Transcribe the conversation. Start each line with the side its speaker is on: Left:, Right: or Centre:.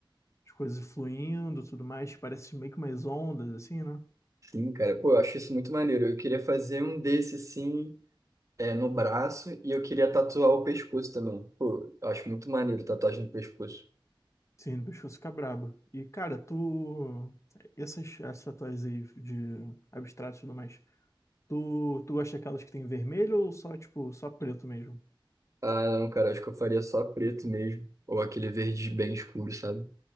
Left: de coisas fluindo, tudo mais, parece meio que umas ondas, assim, né?
Right: Sim, cara. Pô, eu acho isso muito maneiro. Eu queria fazer um desse, assim, é, no braço e eu queria tatuar o pescoço também. Pô, eu acho muito maneiro tatuagem no pescoço.
Left: Sim, o pescoço fica brabo. E, cara, tu... Essas, essas tatuagens aí de abstrato e tudo mais, tu, tu gosta daquelas que tem vermelho ou só, tipo, só preto mesmo?
Right: Ah, não, cara, acho que eu faria só preto mesmo. Ou aquele verde bem escuro, sabe?